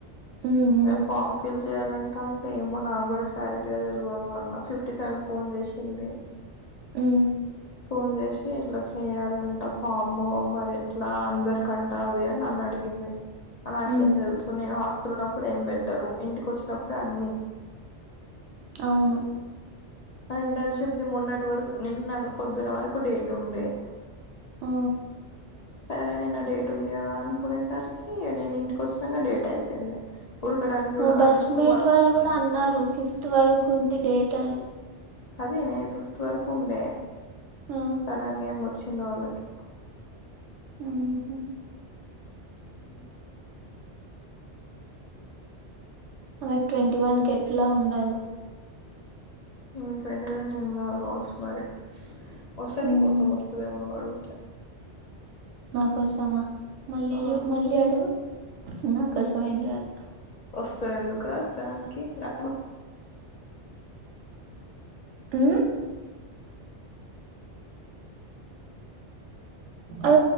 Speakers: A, on the right; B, on the left.
A: హ్మ్. హ్మ్.
B: మేం ఫార్ ఫిల్. చేయాలంటా అంటే ఏమో నాకు కూడా క్లారిటీగా తెలియదు అన్న ఫిఫ్టీ సెవెన్ ఫోన్ చేసింది.
A: హ్మ్.
B: ఫోన్ చేసి ఇట్లా చేయ్యాలంట ఫాము మరి ఎట్లా అందరికట్. అదే నన్నడిగింది. నాకేం
A: హ్మ్.
B: తెలుసు నేను హాస్టల్ ఉన్నప్పుడు ఏం పెట్టరు ఇంటికి వచ్చినప్పుడే అన్ని.
A: అవును
B: ఇంటర్న్షిప్ది మొన్నటి వరకు నిన్న పొద్దున వరకు డేట్ ఉండే.
A: ఆ.
B: సరే నన్న డేట్ ఉంది కదా అనుకునేసరికి నేను ఇంటికి వచ్చినాక డేట్ అయిపోయింది. ఉడకడానికి
A: మా
B: కూడా
A: బస్
B: అంట ఎప్పుడు.
A: మేట్ వాళ్ళు కూడా అన్నారు ఫిఫ్త్ వరకు ఉంది డేట్ అని.
B: అదే న ఫిఫ్త్ వరకు ఉండే
A: ఆ
B: సడన్ గ ఏం వచ్చింది వాళ్ళకి.
A: ఉహు.
B: ఉ
A: ఆమె ట్వంటీ వన్ కెట్లా ఉండదు.
B: మీ ఫ్రెండ్ పేరు న ఏం రాదు రావచ్చు మరి <unintelligible> వసని
A: మ్మ్.
B: కోసం వస్తాదేమో ను అడిగితే.
A: నా కోసమా మళ్ళీ
B: ఆ
A: జు మళ్ళీ అడుగు నా కోసం ఏం రాదు.
B: వస్తయి ఎందుకు రా దానికి రా.
A: ఉ. అ